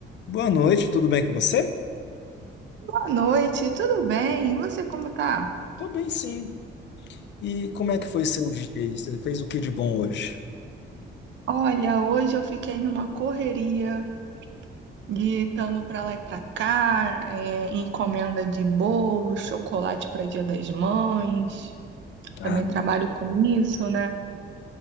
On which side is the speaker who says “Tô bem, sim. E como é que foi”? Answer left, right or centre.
Left